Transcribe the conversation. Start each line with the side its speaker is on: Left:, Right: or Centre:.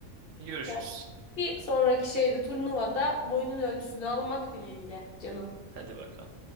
Right: Görüşürüz.
Left: Evet. Bir sonraki şeyde turnuvada boyunun ölçüsünü almak dileğiyle canım.
Right: Hadi bakalım.